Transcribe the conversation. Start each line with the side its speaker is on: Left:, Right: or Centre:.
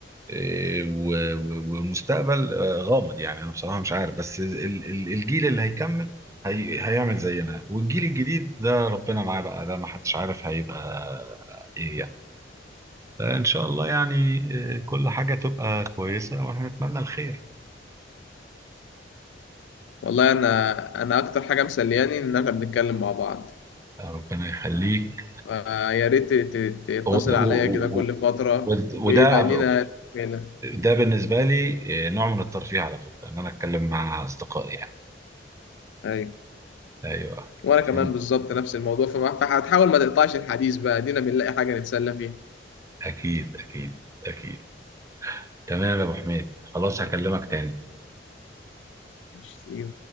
Right: آه، و- و- والمستقبل آه، غامض يعني انا بصراحة مش عارف بس ال- ال- الجيل اللي هيكمل هي هيعمل زينا والجيل الجديد ده ربنا معاه بقى ده ما حدش عارف هيبقى ايه يعني فان شاء الله يعني آه، كل حاجة تبقى كويسة واحنا نتمنى الخير
Left: والله انا انا اكتر حاجه مسلياني ان احنا بنتكلم مع بعض
Right: ربنا يخليك
Left: آه يا ريت ت- ت- تتصل
Right: هو
Left: عليا كده كل فتره
Right: وده وده-
Left: ويبقى لينا تكمله
Right: ده بالنسبه لي آه، نوع من الترفيه على فكره ان انا اتكلم مع اصدقائي يعني
Left: ايوه
Right: ايوه
Left: وانا كمان
Right: أكيد
Left: بالظبط نفس الموضوع فما- فهتحاول ما تقطعش الحديث بقى دينا بنلاقي حاجه نتسلى فيها
Right: أكيد أكيد أكيد تمام يا أبو حميد خلاص هكلمك تاني
Left: ماشي see you.